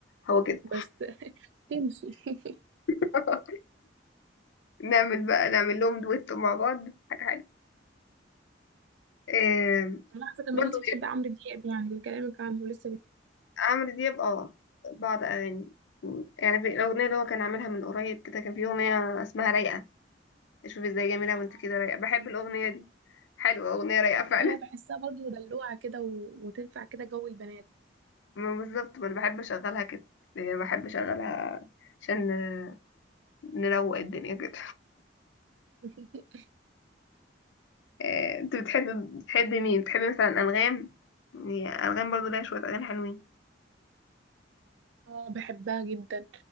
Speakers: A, on the left (about 75°); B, on the right (about 80°).
A: هو كده
B: بس تمشي <laughs>
A: <laughs> نعمل بقى نعمل لهم دويتو مع بعض حاجة حلوة آه...
B: ملاحظة كمان
A: برضه
B: أنت بتحبي عمرو دياب يعني من كلامك عنه لسه بت...
A: عمرو دياب اه بعض اغاني يعني في الاغنيه اللي هو كان عاملها من قريب كده كان في اغنيه اسمها رايقه شوف ازاي جميله
B: آه،
A: وانت كده رايقه بحب الاغنيه دي حلوه اغنيه رايقه فعلا
B: دي حقيقة بحسها برضه دلوعة كده و... وتنفع كده جو البنات
A: <laughs> ما بالظبط ما انا بحب اشغلها كده يعني بحب اشغلها عشان آه، نروق الدنيا كده
B: <laughs>
A: <laughs> آه، انت بتحب بتحب مين بتحب مثلا انغام يعني انغام برضو ليها شويه اغاني حلوين
B: اه بحبها جدا